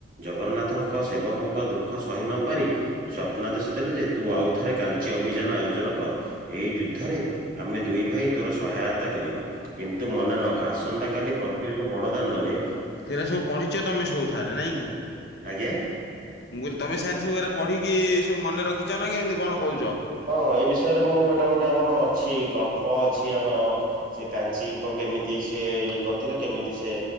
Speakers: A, on the right; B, on the left.
A: ଜଗନ୍ନାଥଙ୍କ ସେବକଙ୍କ ଦୁଃଖ ସହି ନ ପାରି ସ୍ୱପ୍ନା ଦେଶ ଦେଲେ ଯେ ତୁ ଆଉ ଥରେ କାଞ୍ଚି ଅଭିଯାନ ଆୟୋଜନ କର ଏଇ ଯୁଦ୍ଧରେ ଆମେ ଦୁଇ ଭାଇ ତୋର ସହାୟତା କରିବୁ କିନ୍ତୁ ମନେ ରଖ କାସନ୍ତା କାଲି ପ୍ରତିବର୍ଷ ବଡ ଦାଣ୍ଡରେ
B: ସେଇଟା ସବୁ ପଢିଛ ତମେ ସବୁ ସାର ନାଇଁ କି
A: ଆଜ୍ଞା।
B: ମୁଁ କହିଲି ତମେ ସାର୍ ସବୁରା ପଢ଼ିକି ସବୁ ମନେ ରଖିଛ ନା କେମିତି କଣ କହୁଛ
A: ହଁ ଏ ବିଷୟରେ ମୁଁ ଏଇଟା ଗୋଟେ ଆମର ଅଛି ଗଳ୍ପ ଅଛି ଆମର ସେ କାଞ୍ଚିଙ୍କ କେମିତି ସେ ଇଏ କରିଥିଲେ କେମିତି ସେ